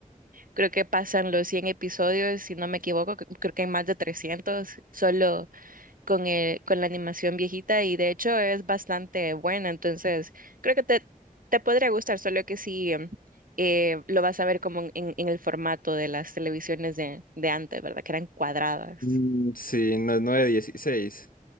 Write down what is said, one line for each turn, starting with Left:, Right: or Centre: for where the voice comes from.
Right: Creo que pasan los 100 episodios, si no me equivoco, cre- creo que hay más de 300 solo con el, con la animación viejita y de hecho es bastante buena, entonces creo que te, te podría gustar, solo que sí em, eh, lo vas a ver como en, en el formato de las televisiones de, de antes, ¿verdad? Que eran cuadradas.
Left: Mm, Sí, no es 9, 16.